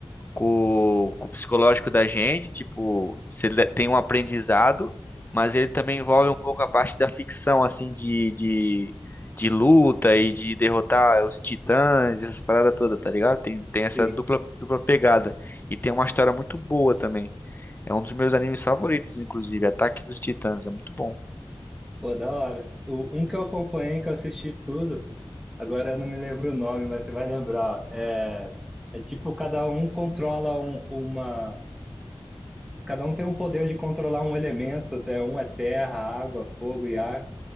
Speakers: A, on the left (about 20°); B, in the centre.
A: com, com o psicológico da gente, tipo, se ele tem um aprendizado, mas ele também envolve um pouco a parte da ficção, assim, de, de, de luta e de derrotar os titãs, essas paradas todas, tá ligado? Tem, tem essa
B: sim.
A: dupla, dupla pegada. E tem uma história muito boa também. É um dos meus animes favoritos, inclusive, Ataque dos Titãs, é muito bom.
B: Pô, da hora. O, um que eu acompanhei, que eu assisti tudo, agora eu não me lembro o nome, mas você vai lembrar. É, é tipo, cada um controla um, uma Cada um tem um poder de controlar um elemento, até um é terra, água, fogo e ar.